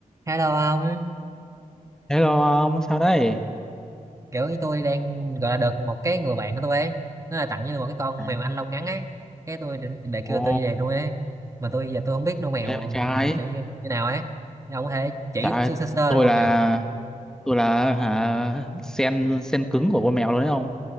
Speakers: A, on the right; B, in the centre.
A: Hello ông,
B: Hello ông, sao đây?
A: kiểu như tôi đang gọi là được một cái người bạn của tôi ấy, nó là tặng như là một cái con
B: À,
A: mèo Anh lông ngắn ấy, cái tôi định để kêu
B: Ồ,
A: tôi về nuôi ấy, mà tôi giờ tôi không biết nuôi mèo
B: nghe bên trai.
A: kiểu như như nào ấy, ông có thể chỉ
B: Tại
A: sơ sơ, sơ
B: tôi
A: được không
B: là
A: nhỉ?
B: tôi là hả sen sen cứng của con mèo luôn đấy ông.